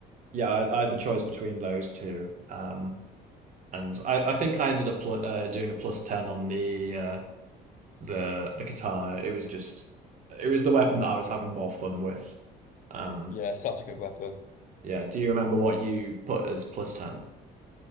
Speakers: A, on the right (about 50°); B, on the left (about 50°).
A: yeah, I, I had the choice between those two. Um, and I, I think I ended up pl uh, doing a plus 10 on the uh, the the katana. It was just it was the weapon that I was having more fun with. Um,
B: Yeah, such a good weapon.
A: yeah. Do you remember what you put as plus 10?